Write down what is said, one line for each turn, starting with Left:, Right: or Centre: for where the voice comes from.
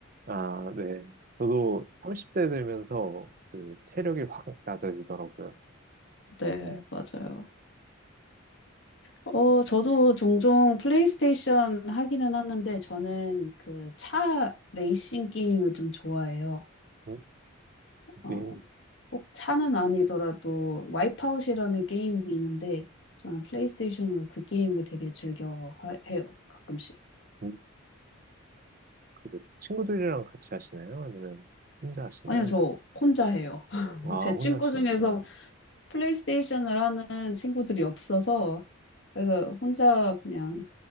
Right: 아, 네. 저도 30대 들면서 그 체력이 확 낮아지더라고요.
Left: 네, 맞아요. 어, 저도 종종 플레이스테이션 하기는 하는데 저는 그 차 레이싱 게임을 좀 좋아해요.
Right: 음, 이게,
Left: 어, 꼭 차는 아니더라도 와이프아웃이라는 게임이 있는데 저는 플레이스테이션으로 그 게임을 되게 즐겨 하- 해요. 가끔씩.
Right: 음, 그 친구들이랑 같이 하시나요? 아니면 혼자 하시나요?
Left: 아니요, 저 혼자 해요. <laughs>
Right: 아,
Left: 제
Right: 혼자
Left: 친구
Right: 하시는구나.
Left: 중에서 플레이스테이션을 하는 친구들이 없어서 그래서 혼자 그냥